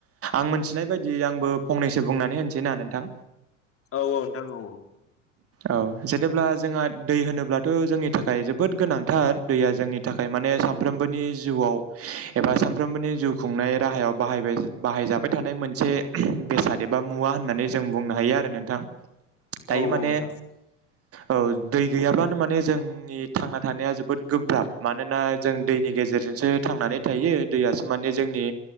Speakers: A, on the right; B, on the left.
A: आं मोनथिनाय बायदि आंबो फंनैसो बुंनानै होनसै ना नोंथां।
B: औ औ नोंथां औ औ।
A: औ जेनेब्ला जोंहा दै होनोब्लाथ' जोंनि थाखाय जोबोद गोनांथार दैया जोंनि थाखाय माने सानफ्रोमबोनि जिउआव एबा सानफ्रोमबोनि जिउ खुंनाय राहायाव बाहायबाय बाहायजाबाय थानाय मोनसे बेसाद एबा मुवा होननानै जों बुंनो हायो आरो नोंथां। दायो
B: औ
A: माने
B: नोंथां
A: ओ दै गैयाब्लानो माने जोंनि थांना थानाया जोबोद गोब्राब मानोना जों दैनि गेजेरजोंसो थांनानै थायो दैयासो माने जोंनि